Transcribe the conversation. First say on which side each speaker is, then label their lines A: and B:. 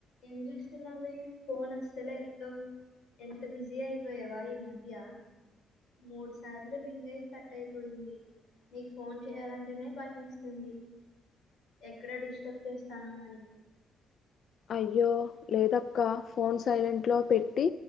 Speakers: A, on the left; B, on the left.
A: ఏం చేస్తున్నావే ఫోన్ అస్సలే ఎత్తవ్ ఎంత బిజీ అయిపోయావా ఈ మధ్య మూడు సార్లు రింగ్ అయి కట్ అయిపోయింది నీకు ఫోన్ చేయాలంటేనే భయమేస్తుంది ఎక్కడ డిస్టర్బ్ చేస్తానో అని
B: అయ్యో లేదక్క ఫోన్ సైలెంట్‌లో పెట్టి